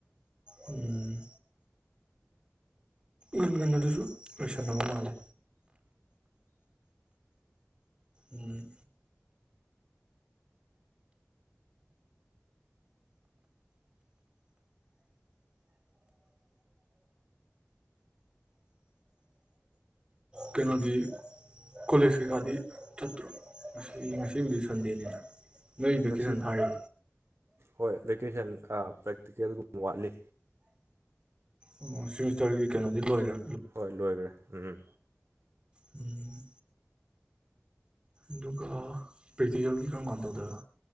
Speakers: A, on the right; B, on the right.
A: ꯎꯝ ꯎꯒ ꯑꯗꯨꯁꯨ ꯂꯣꯏꯁꯟꯅꯕ ꯃꯥꯜꯂꯦ ꯎꯝ ꯀꯩꯅꯣꯗꯤ ꯀꯣꯂꯦꯖ ꯀꯩꯀꯥꯗꯤ ꯆꯠꯇ꯭ꯔꯣ ꯉ ꯉꯁꯤꯕꯨꯗꯤ ꯁꯟꯗꯦꯅꯤꯅ ꯅꯣꯏ ꯚꯦꯀꯦꯁꯟ
B: ꯉꯁꯤ
A: ꯊꯥꯔ
B: ꯍꯣꯏ ꯚꯦꯀꯦꯁꯟ ꯄ꯭ꯔꯦꯛꯇꯤꯀꯦꯜꯒꯨꯝꯕ ꯋꯥꯠꯂꯤ
A: ꯑꯣ ꯁꯤꯦꯃꯤꯁꯇꯔꯒꯤ ꯀꯩꯅꯣꯗꯤ ꯂꯣꯏꯈ꯭ꯔꯥ
B: ꯍꯣꯏ ꯂꯣꯏꯈ꯭ꯔꯦ ꯎꯝꯝ
A: ꯎꯝ ꯏꯗꯨ ꯄꯦꯛꯇꯀꯦꯜꯒꯤ ꯏ ꯀꯅ ꯀꯅꯧꯗꯗ